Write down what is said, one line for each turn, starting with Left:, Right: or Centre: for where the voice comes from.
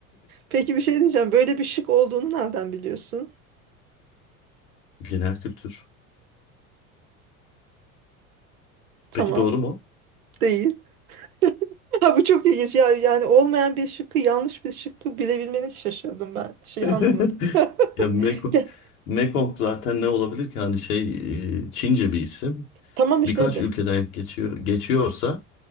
Right: Peki bir şey diyeceğim. Böyle bir şık olduğunu nereden biliyorsun?
Left: <laughs> Genel kültür.
Right: Tamam.
Left: Peki doğru mu?
Right: Değil. <laughs> Ha, bu çok ilginç. Ya, yani olmayan bir şıkkı yanlış bir şıkkı bilebilmeni şaşırdım ben. Şey
Left: <laughs>
Right: anlamadım. <laughs>
Left: Ya Mekong,
Right: Gel.
Left: Mekong zaten ne olabilir ki? Hani şey e, Çince bir isim.
Right: Tamam işte
Left: birkaç ülkeden geçiyor geçiyorsa